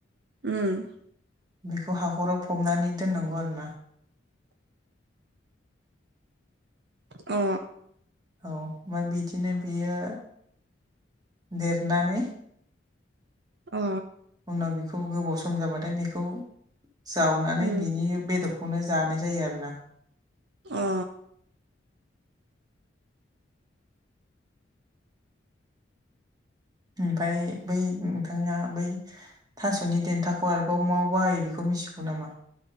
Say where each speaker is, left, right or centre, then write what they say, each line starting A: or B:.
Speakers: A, on the right; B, on the right.
A: ओम
B: बेखौ हाखराव फबनानै दोननांगौ आरो ना।
A: औ
B: औ मा बिदिनो बियो देरनानै
A: अ
B: उनाव बेखौ गोबाव सम जाबाथाय बेखौ जावनानै
A: उम
B: बिनि बेदरखौनो जानाय जायो आरोना।
A: अ
B: ओमफ्राय बै नोंथांना बै थास'नि देन्थाखौ आरोबाव माव बाहायो बेखौ मिथिगौ नामा?